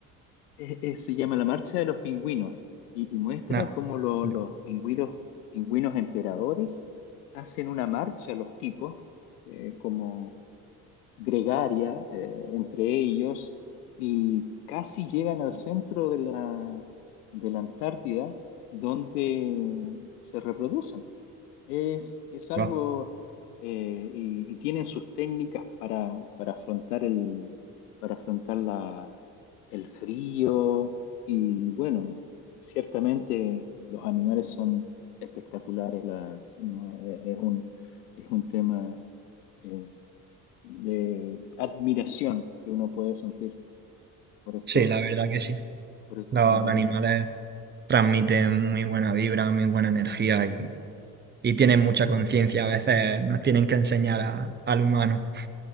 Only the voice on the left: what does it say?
Eh, eh, se llama La Marcha de los Pingüinos y, y muestra
cómo lo-
los pingüinos, pingüinos emperadores hacen una marcha, los tipos, eh, como gregaria eh, entre ellos y casi llegan al centro de la, de la Antártida donde se reproducen. Es, es algo,
eh, y, y tienen sus técnicas para, para afrontar el, para afrontar la, el frío. Y bueno, ciertamente los animales son espectaculares. las- no, Eh, es un, es un tema eh, de admiración que uno puede sentir por estos,
por estos
animalitos.